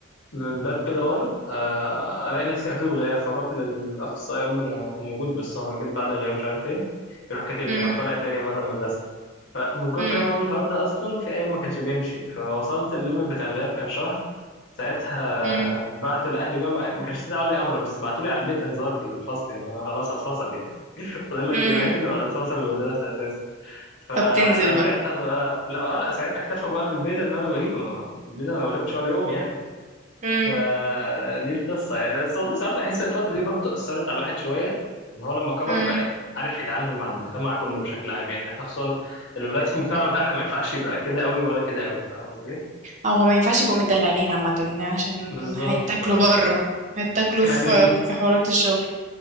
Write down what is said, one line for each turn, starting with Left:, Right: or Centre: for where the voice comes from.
Left: من الباب كده ورا آه، الاقي نفسي مكتوب غياب فاروح للاخصائي اقول له انا أنا موجود بس انا جيت بعد الغياب مش عارف ايه يروح كاتبني
Right: امم
Left: راح طالع تاني بره المدرسه فمن كتر
Right: امم
Left: ما بعمل الحوار ده اصلا في ايام ما كانش بيمشي فوصلت الليمت بتاع الغياب كان شهر ساعتها
Right: امم
Left: بعتوا لاهلي بقى ما ما كانش استدعوا لي امر بس بعتوا لي على البيت انذار بالفصل ان انا خلاص هتفصل يعني <laughs> فاضل لك
Right: امم
Left: يومين وهتتفصل من المدرسه اساسا فساعتها
Right: طب تنزل بقى
Left: بقى لا لا ساعتها اكتشفوا بقى في البيت ان انا بغيب انا ما- في البيت انا ما بغيبش ولا يوم يعني
Right: امم
Left: فدي القصة يعني بس والله ساعات بحس الفترة دي برضه أثرت على الواحد شوية إن هو لما كبر
Right: امم
Left: بقى عارف يتعامل مع المجتمع كله بشكل عام يعني إحنا خصوصا الولاد في المجتمع بتاعنا ما ينفعش يبقى كده أوي ولا كده أوي فاهم قصدي؟
Right: هو ما ينفعش يبقوا مدلعين عامة عشان
Left: بالظبط
Right: هيتاكلوا
Left: آه.
Right: بره هيتاكلوا
Left: يعني
Right: في في حوارات الشغل